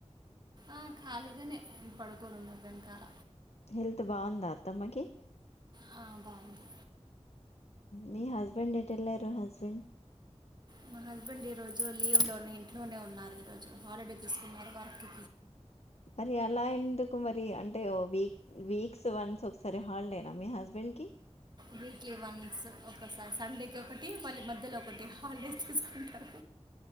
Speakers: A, on the right (about 40°); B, on the left (about 65°).
A: ఆ ఖాళీగానే పడుకోరున్నారు వెనకాల
B: హెల్త్ బాగుందా అత్ తమ్మకి
A: ఆ, బాగుంది
B: మీ హస్బెండ్ ఎటేళ్ళారు హస్బెండ్
A: మా హస్బెండ్ ఈరోజు లీవ్లోనే ఇంట్లోనే ఉన్నారు ఈరోజు హాలిడే తీసుకున్నారు వర్క్కి
B: మరి అలా ఎందుకు మరి అంటే ఓ వీక్ వీక్స్ వన్స్ ఒకసారి హాలిడేనా మీ హస్బెండ్కిి
A: వీక్లీ వన్స్ ఒకసారి స సండేకి ఒకటి మళ్ళీ మధ్యలో ఒకటి హాలిడే తీసుకుంటారు